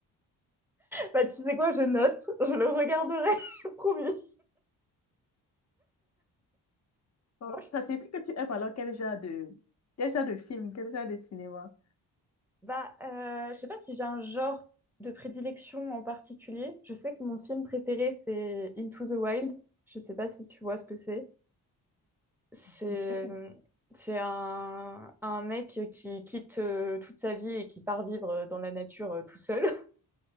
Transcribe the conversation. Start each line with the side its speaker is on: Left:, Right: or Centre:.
Centre: Bah tu sais quoi, je note, je le regarderai, <laughs> promis.
Left: Bon,
Centre: Moi, je...
Left: ça signifie que tu aimes alors quel genre de, quel genre de film, quel genre de cinéma,
Centre: Bah, euh, je sais pas si j'ai un genre de prédilection en particulier. Je sais que mon film préféré, c'est Into the Wild. Je sais pas si tu vois ce que c'est. c'est
Left: je sais pas,
Centre: mmh, c'est un, un mec qui quitte euh, toute sa vie et qui part vivre dans la nature euh, tout seul. <laughs>